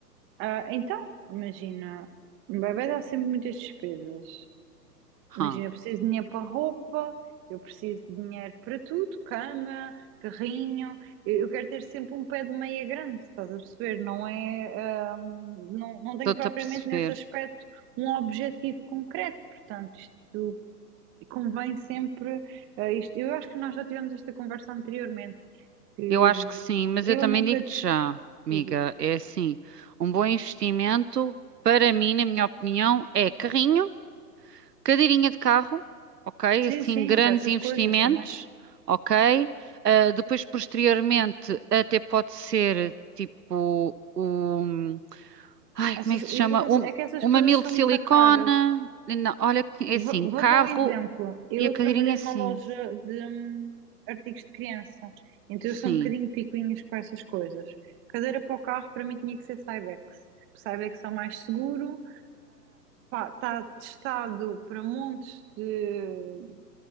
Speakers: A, on the right; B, on the right.
A: Ah, então, imagina, um bebê dá sempre muitas despesas.
B: Hã,
A: Imagina, eu preciso de dinheiro para roupa, eu preciso de dinheiro para tudo, cama, carrinho. Eu, eu quero ter sempre um pé de meia grande, estás a perceber? Não é, hum, não, não tenho
B: Estou-te
A: propriamente
B: a perceber.
A: nesse aspecto um objetivo concreto. Portanto, isto. E convém sempre, eh, isto, eu acho que nós já tivemos esta conversa anteriormente, que
B: Eu acho
A: hum,
B: que sim, mas
A: eu
B: eu também
A: nunca
B: digo-te já, amiga.
A: dizes.
B: É assim, um bom investimento, para mim, na minha opinião, é carrinho. Cadeirinha de carro, ok?
A: Sim,
B: Assim,
A: sim,
B: grandes
A: para essas
B: investimentos,
A: coisas também.
B: ok? Ah, depois, posteriormente, até pode ser tipo o. Ai,
A: Essas,
B: como é que
A: e
B: se chama?
A: depois
B: Um,
A: é é que essas
B: um
A: coisas
B: mamilo
A: são
B: de
A: muito
B: silicone.
A: caras.
B: Não, olha, que é
A: Vou,
B: assim:
A: vou
B: carro
A: dar um exemplo. Eu
B: e a cadeirinha,
A: trabalhei numa
B: sim.
A: loja de hum, artigos de criança, então eu
B: Sim,
A: sou um bocadinho picuinhas com essas coisas. Cadeira para o carro para mim tinha que ser Cybex. Cybex é o mais seguro, está testado para montes de,